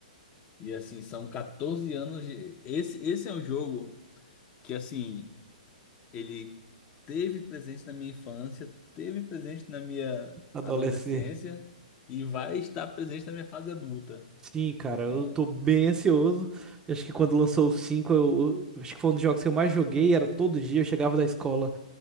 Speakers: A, on the left; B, on the right.
A: E assim, são 14 anos de. Esse, esse é um jogo que assim. ele teve presente na minha infância, teve presente na minha
B: Adolescer.
A: adolescência e vai estar presente na minha fase adulta.
B: Sim, cara,
A: É,
B: eu tô bem ansioso. Acho que quando lançou o cinco, eu, eu- acho que foi um dos jogos que eu mais joguei, era todo dia, eu chegava da escola,